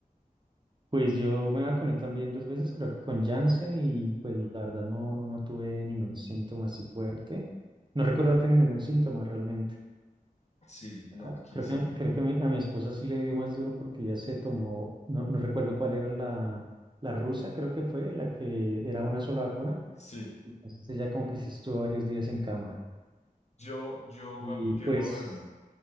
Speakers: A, on the right; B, on the left.
A: Pues yo me vacuné también dos veces, creo que con Janssen y pues la verdad no, no, no tuve ningún síntoma así fuerte. No recuerdo haber tenido ningún síntoma realmente.
B: Sí, no,
A: Ah,
B: aquí
A: Creo
B: sí,
A: que, creo que mi- a mi esposa sí le dio más duro porque ella se tomó, no, no recuerdo cuál era la, la rusa, creo que fue la que era una sola vacuna.
B: sí.
A: Entonces ella como que sí estuvo varios días en cama.
B: Yo, yo
A: Y
B: me apliqué
A: pues
B: Moderna.